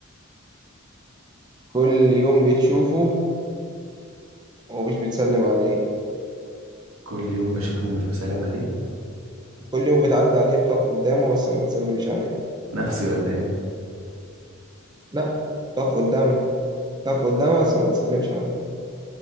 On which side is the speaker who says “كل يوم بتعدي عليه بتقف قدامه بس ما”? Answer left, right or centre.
Right